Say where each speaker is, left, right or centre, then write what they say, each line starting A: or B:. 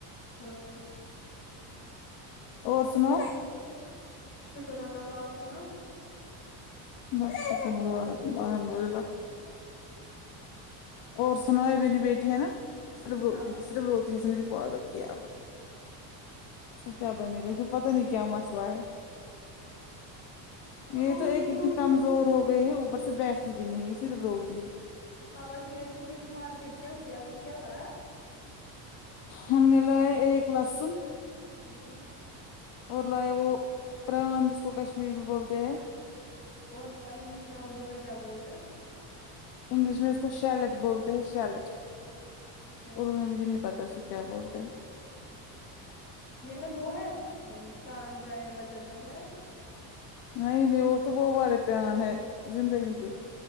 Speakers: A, on the left (about 30°); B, on the left (about 55°).
A: ہاں
B: اور سناو
A: <unintelligible> شکر اللہ تعال آف سناو
B: مشح بول للہ <unintelligible> اور سناو ہو میری بیٹی ہےا سرف روتی
A: ہاں
B: سرف روتی م پاگل کیا کیا بن گ س <unintelligible> پت نہیں کیا مسئلہ ہے
A: اور
B: یہ تو ایک
A: بتاؤ
B: اتنی
A: مجھے
B: کم زور ہو گئے ہے اوپر سے بیسی بھی نہیں ہے صرف روتی ہے
A: آوااز گئے تھے کہیں مارکیٹ کیا کیا پھر کیا رہا ہے
B: ہم نے ل ایک لسن <unintelligible>
A: ھمم
B: اور لاائے وہ پران جس کو کشمیری میں بولتے ہیں
A: اور انگلش میں اردو میں کیا بول رہے ہیں
B: انگلش میں اس کو شیلٹ بولتے ہیں شیلٹ
A: اچھا
B: اردو میں مجھے پتا ہے سو کیا بولتے ہیں
A: یہ میںت وہ ہے پران جائے و چنا جائے
B: نہیں نہیں وہ تو بہ بارے پیار ہے زندگی کے